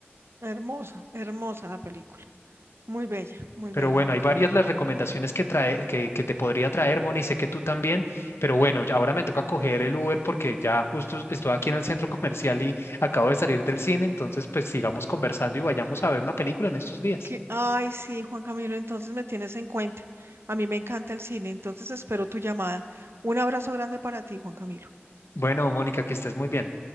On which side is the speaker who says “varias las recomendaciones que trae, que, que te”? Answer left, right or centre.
Left